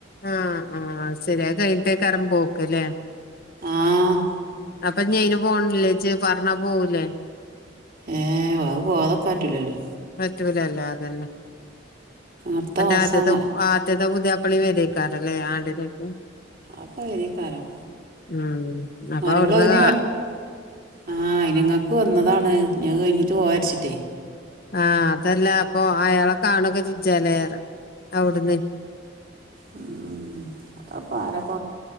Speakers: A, on the left (about 50°); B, on the right (about 50°).
A: ആഹ് ആഹ ശരിയാ കഴിഞ്ഞിട്ടേക്ക്യെകാരം പോക്കല്ലേ
B: ആഹ്
A: അപ്പൊ ഞയിന് പോണില്ലേജ പറഞ്ഞാ പോവൂലേ
B: ഏ വ പോതൊക്കെ ആറ്റലല്ലോ
A: പറ്റൂലല്ലോ അതന്നെ
B: അടുത്ത മാസം
A: ആദ്യത്തെ ആദ്യത്തെപുതിയാ <unintelligible> ആണ്ടിനൊക്കെ
B: അപ്പോവേരേക്കാരം
A: ഉം അപ്പൊ
B: മരോള
A: അവിടുന്ന്
B: അയിന്
A: കാ
B: ആഹ അയിന്ങ്ങക്ക് വന്നതാണ് ഞ് അത് കഴിഞ്ഞിട്ട് പോയരിച്ചിട്ടേ
A: ആഹ അതല്ല അപ്പൊ അയാളെ കാണൊക്കെ ചെയ്ഞ്ചല്ലേ അവിടുന്ന്
B: ഉം <inaudible> അപ്പൊ ആരപ്പ